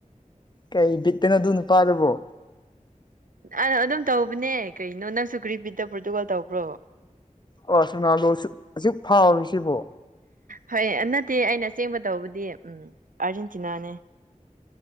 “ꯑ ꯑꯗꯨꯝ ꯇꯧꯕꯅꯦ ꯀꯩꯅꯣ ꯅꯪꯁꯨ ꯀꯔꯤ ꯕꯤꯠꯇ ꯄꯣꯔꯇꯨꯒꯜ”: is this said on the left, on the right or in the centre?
Right